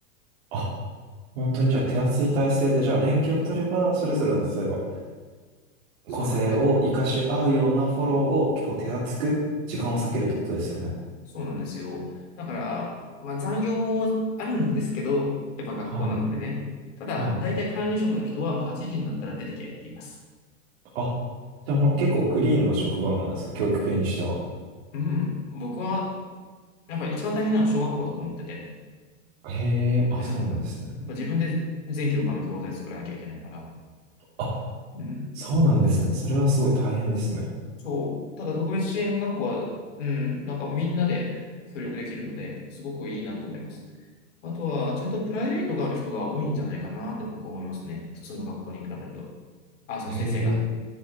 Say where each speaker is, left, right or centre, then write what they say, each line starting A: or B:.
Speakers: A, on the right; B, on the left.
A: あ、本当にじゃあ手厚い体制で、じゃあ連携を取れば、それぞれの例えば
B: うん。そうなんです。
A: 個性を活かし合うようなフォローを結構手厚く時間を割けるってことですよね。
B: はい。そうなんですよ。だから、まあ残業もあるんですけど、やっぱ学校なのでね。
A: はい。
B: ただ、
A: はい。
B: 大体管理職の人はもう8時になったら出てけって言います。
A: あ、じゃあもう結構クリーンな職場なんですね。教育系にしては。
B: うん。僕は、やっぱ一番大変なのは小学校だと思ってて。
A: へえ、あ、
B: うん。
A: そうなんですね。
B: やっぱ自分で全教科の教材作らなきゃいけないから。
A: あ、
B: うん。
A: そうなんですね。それはすごい大変ですね。
B: そう。ただ特別支援学校は、うん、なんかみんなで協力できるので、すごくいいなと思います。あとは、ちゃんとプライベートがある人が多いんじゃないかなって僕は思いますね。普通の学校に比べると。あ、その先生が。
A: へえ。